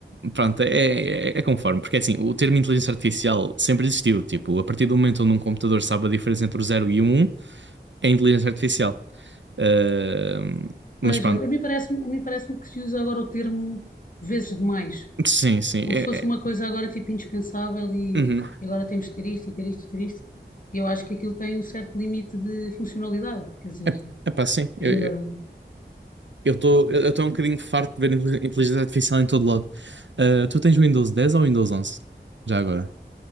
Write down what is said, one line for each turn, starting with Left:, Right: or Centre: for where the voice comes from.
Right: pronto, é, é, é conforme, porque é assim, o termo inteligência artificial sempre existiu. Tipo, a partir do momento onde um computador sabe a diferença entre o 0 e o 1, é inteligência artificial. Ah, mas
Left: Pois
Right: pronto,
Left: é, a mim parece-me, a mim parece-me que se usa agora o termo vezes demais,
Right: sim, sim.
Left: como
Right: é-
Left: se fosse
Right: é-
Left: uma coisa agora tipo indispensável e,
Right: uhum.
Left: e agora temos de ter isto e ter isto e ter isto. E eu acho que aquilo tem um certo limite de funcionalidade, quer dizer,
Right: É, epá, sim, eu
Left: ajuda.
Right: eu estou eu estou um bocadinho farto de ver intel- inteligência artificial em todo lado. Ah, tu tens o Windows 10 ou o Windows 11? Já agora.